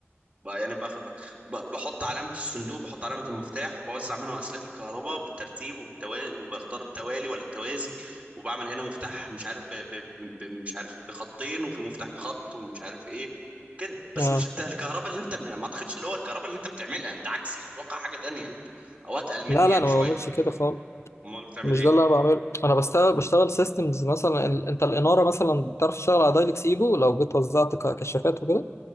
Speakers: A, on the right (about 30°); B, on the left (about 85°).
A: ب- يعني باخد ب- بحط علامة الصندوق بحط علامة المفتاح وبوزع منه أسلاك الكهرباء بالترتيب وبالتوالي وبختار التوالي ولا التوازي وبعمل هنا مفتاح مش عارف ب... ب... ب... ب- مش عارف بخطين وفي مفتاح بخط ومش عارف ايه كده بس
B: اه
A: مش الت- الكهرباء اللي انت ما اعتقدش اللي هو الكهرباء اللي انت بتعملها انت عكسي اتوقع حاجة تانية انت او اتقل مني
B: لا لا
A: يعني
B: انا
A: شوية
B: ما بعملش كده خالص
A: امال بتعمل
B: مش
A: ايه
B: ده اللي انا بعمله انا بشتغل بشتغل سيستمز مثلا ال- انت الاناره مثلا بتعرف تشتغل على دايلكس ايفو لو جيت وزعت ك- كشافات وكده